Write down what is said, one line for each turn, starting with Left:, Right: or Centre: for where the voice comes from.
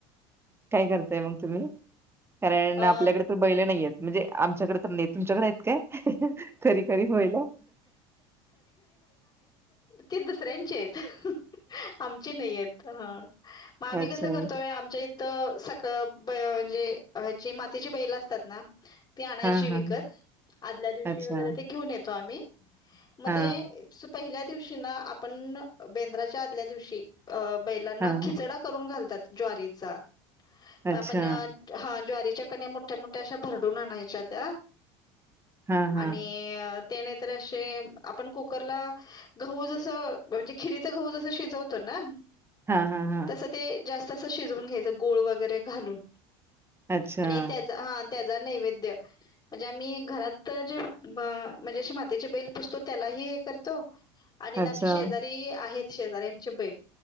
Right: काय करताय मग तुम्ही? कारण
Left: अ
Right: आपल्याकडे तर बैले नाही आहेते. म्हणजे आमच्याकडे तर नाही. तुमच्याकडे आहेत काय? खरी-खरी बैलं.
Left: ते दुसऱ्यांचे आहेत. आमची नाही आहेत हा. मग आम्ही
Right: अच्छा
Left: कसं करतोय आमच्या इ त सळ म्हणजे. ह्याची मातीची बैल असतात ना. ती आणायची
Right: हा हा
Left: विकत.
Right: हा.
Left: आदल्या दिवशी
Right: अच्छा
Left: वगैरे ते घेऊन येतो आम्ही. मग
Right: हा
Left: ते पहिल्या दिवशी ना आपण. बेंद्राच्या आदल्या दिवशी अ बैलांना
Right: हा हा.
Left: खिचडा करून घालतात. ज्वारीचा.
Right: अच्छा
Left: आपण हा ज्वारी त्या कन्या मोठ्या-मोठ्या अशा भरडून आणायच्या त्या.
Right: हा हा
Left: आणि ते नाहीतर असे. आपण कुकरला गहू जसं म्हणजे. खिरीच गहू जस शिजवतो ना
Right: हा हा हा
Left: तस ते जास्त अस शिजून घ्यायचं. गुळ. वगैरे घालून.
Right: अच्छा..
Left: आणि त्याचा हा त्याचा नैवेद्य म्हणजे आम्ही घरात तर जे- म्हणजे असे मातीचे बैल पुजतो. त्यालाही हे करतो आणि इथे
Right: अच्छा
Left: आमच्या शेजारी आहेत. शेजाऱ्यांची बैल